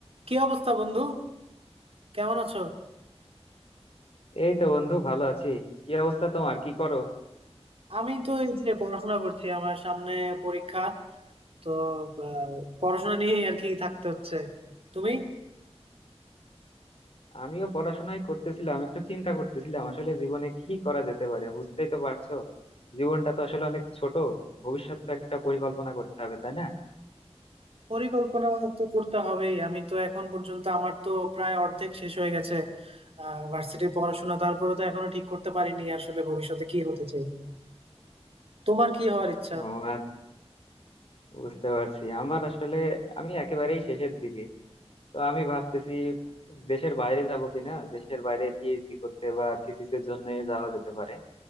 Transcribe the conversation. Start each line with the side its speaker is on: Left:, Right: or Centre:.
Right: কি অবস্থা বন্ধু কেমন আছো
Left: এই তো বন্ধু ভালো আছি কি অবস্থা তোমার কি করো
Right: আমি তো এই যে পড়াশোনা করছি আমার সামনে পরীক্ষা তো আহ, পড়াশোনা নিয়েই আর কি থাকতে হচ্ছে তুমি
Left: আমিও পড়াশোনায় করতেছিলাম একটু চিন্তা করতেছিলাম আসলে জীবনে কি করা যেতে পারে বুঝতেই তো পারছো জীবনটা তো আসলে অনেক ছোট ভবিষ্যৎ তো একটা পরিকল্পনা করতে হবে তাই না
Right: পরিকল্পনা তো করতে হবেই আমি তো এখন পর্যন্ত আমার তো প্রায় অর্ধেক শেষ হয়ে গেছে আহ ভার্সিটির পড়াশোনা তারপরে তো এখনো ঠিক করতে পারিনি আসলে ভবিষ্যতে কি হতে চাই তোমার কি হওয়ার ইচ্ছা
Left: ও আচ্ছা, বুঝতে পারছি আমার আসলে আমি একেবারেই শেষের দিকে তো আমি ভাবতেছি দেশের বাইরে যাব কিনা দেশের বাইরে পিএইচডি করতে বা থিসিসের জন্য যাওয়া যেতে পারে